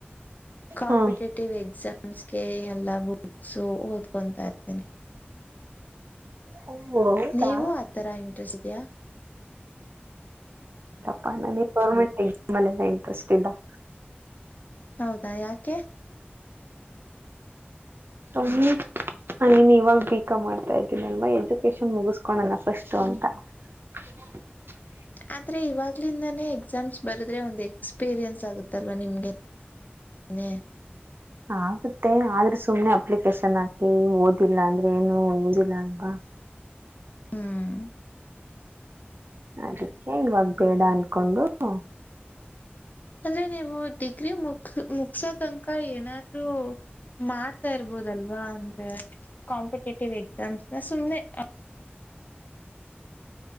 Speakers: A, on the left; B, on the right.
A: ಕಾಂಪಿಟೇಟಿವ್
B: ಹಾ
A: ಎಕ್ಸಾಮ್ಸ್ಗೆ ಎಲ್ಲ, ಬುಕ್. <unintelligible> ಬುಕ್ಸು, ಓದ್ಕೊಂತಾ ಇರ್ತೀನಿ. <inaudible>
B: ಓ ಹೌದಾ
A: ನೀವು, ಆತರ ಇಂಟ್ರೆಸ್ಟ್ ಇದೀಯಾ? <inaudible>
B: ಪ, ನನಗೆ, ಗೊವ್ವೆರ್ನ್ಮೆಂತ್, ಎಕ್ಸಾಮ್, ನೈನ್ ಕ್ಲಾಸ್ ಇಂದ. <inaudible>
A: ಹೌದಾ, ಯಾಕೆ? <inaudible>
B: ಒಮ್ಮನ್, ನಾನು, ಇವಾಗ ಬಿ. ಕಂ. ಮಾಡ್ತಾ ಇದ್ದೀನಿ ಅಲ್ವಾ! ಎಜುಕೇಶನ್ ಮುಗಸ್ಕೊಲ್ಲನ, ಫಸ್ಟ್ ಅಂತ. <inaudible>
A: ಆದ್ರೆ, ಇವಾಗ್ಲಿಂದಾನೇ, ಎಕ್ಸಾಮ್ಸ್ ಬರಿದರೆ, ಒಂದು ಎಕ್ಸ್ಪೀರಿಯನ್ಸ್, ಆಗುತ್ತಲ್ವಾ ನಿಮ್ಗೆ? <inaudible>
B: ಆಗುತ್ತೆ, ಆದ್ರೆ ಸುಮ್ನೆ, ಅಪ್ಲಿಕೇಶನ್ ಹಾಕಿ ಓದಿಲ್ಲ, ಅಂದ್ರೆ ಏನು ಯೂಸ್, ಇಲ್ಲ, ಅಲ್ವಾ. <inaudible>
A: ಹ್ಮ್
B: ಅದಕ್ಕೆ, ಇವಾಗ, ಬೇಡ ಅನ್ಕೊಂಡು. <inaudible>
A: ಅಂದ್ರೆ, ನೀವು ಡಿಗ್ರಿ, ಮುಕ್, ಮುಗಿಶೋತನಕ ತನಕ ಏನಾದ್ರೂ. <inaudible> ಮಾಡ್ತಾ, ಇರ್ಬೋದಲ್ವಾ, ಅಂದ್ರೆ ಕಾಂಪಿಟೇಟಿವ್, ಎಕ್ಸಾಮ್ಸ್ನ ಸುಮ್ನೆ. <inaudible>